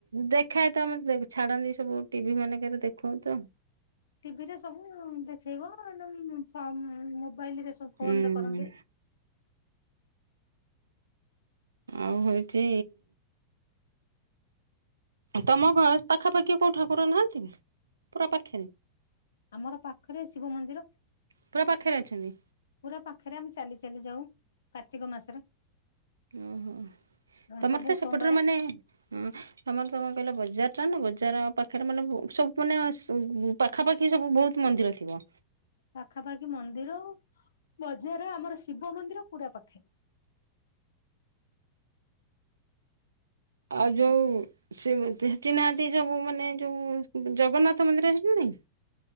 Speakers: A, on the right (about 75°); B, on the left (about 65°).
A: ଦେଖାଏ ତ ଆମେ ଛାଡନ୍ତି ସବୁ ଟିଭି ମାନେଙ୍କରେ ଦେଖ ତ
B: ଟିଭିରେ ସବୁ ଦେ <inaudible> ମୋବାଇଲି ସବୁ ଫୋନରେ
A: ହୁଁ
B: କରନ୍ତି।
A: ଆଉ ହଉଛି ତମ ଘର ପାଖାପାଖି କୋଉ ଠାକୁର ନାହାନ୍ତି ପୁରା ପାଖରେ।
B: ଆମର ପାଖରେ ଶିବ ମନ୍ଦିର
A: ପୁରା ପାଖରେ ଅଛନ୍ତି
B: ପୁରା ପାଖରେ ଆମେ ଚାଲି ଚାଲି ଯାଉ। କାର୍ତ୍ତିକ ମାସରେ।
A: ଓ ହୋ। ତମର
B: ସବୁ
A: ତ
B: ସୋମବାର
A: ସେପଟରେ ମାନେ ତମର ତ କଣ କହିଲ ବଜାର ବଜାର ପାଖରେ ମାନେ ସବୁ ମାନେ ପାଖାପାଖି ସବୁ ବହୁତ ମନ୍ଦିର ଥିବ।
B: ପାଖାପାଖି ମନ୍ଦିର ବଜାର ଆମର ଶିବ ମନ୍ଦିର ପୁରା ପାଖେ।
A: ଆଉ ଯୋଉ ସେ ଚିହ୍ନାହାନ୍ତି ଯୋଉ ମାନେ ଯୋଉ ଜଗନ୍ନାଥ ମନ୍ଦିର ସେଠି ନାଇଁ।